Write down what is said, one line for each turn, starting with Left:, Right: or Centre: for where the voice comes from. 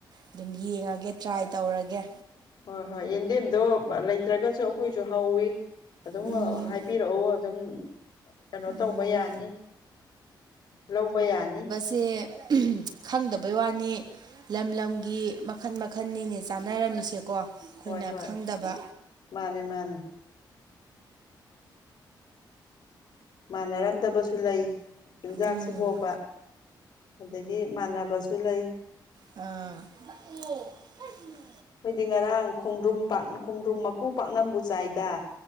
Right: ꯑꯗꯨꯝ ꯌꯦꯡꯉꯒꯦ ꯇ꯭ꯔꯥꯏ ꯇꯧꯔꯒꯦ
Left: ꯍꯣꯏ ꯍꯣꯏ ꯌꯦꯟꯗꯦꯝꯗꯣ ꯂꯩꯇ꯭ꯔꯒꯁꯨ ꯑꯩꯈꯣꯏꯁꯨ ꯍꯧꯋꯤ ꯑꯗꯨꯝ
Right: ꯎꯝ
Left: ꯍꯥꯏꯕꯤꯔꯛꯑꯣ ꯑꯗꯨꯝ ꯀꯩꯅꯣ ꯇꯧꯕ
Right: ꯎꯝ
Left: ꯌꯥꯅꯤ ꯂꯧꯕ ꯌꯥꯅꯤ
Right: ꯇꯦ ꯈꯪꯗꯕꯩ ꯋꯥꯅꯤ ꯂꯝ ꯂꯝꯒꯤ ꯃꯈꯟ ꯃꯈꯟꯅꯤꯅꯦ ꯆꯥꯟꯅꯔꯝꯃꯤꯁꯦꯀꯣ ꯑꯩꯈꯣꯏꯅ
Left: ꯍꯣꯏ ꯍꯣꯏ
Right: ꯈꯪꯗꯕ
Left: ꯃꯥꯅꯦ ꯃꯥꯅꯦ ꯃꯥꯟꯅꯔꯝꯗꯕꯁꯨ ꯂꯩ ꯆꯤꯟꯖꯥꯛꯁꯤꯕꯣꯕ
Right: ꯎꯝ
Left: ꯑꯗꯒꯤ ꯃꯥꯟꯅꯕꯁꯨ ꯂꯩ
Right: ꯑ ꯇꯠꯅꯦ ꯀꯩꯅꯣ
Left: ꯈꯣꯏꯗꯤ ꯉꯔꯥꯡ ꯈꯣꯡꯗ꯭ꯔꯨꯝ ꯄꯥꯛ ꯈꯣꯡꯗ꯭ꯔꯨꯝ ꯃꯀꯨ ꯄꯥꯛꯅꯝꯕꯨ ꯆꯥꯏꯗ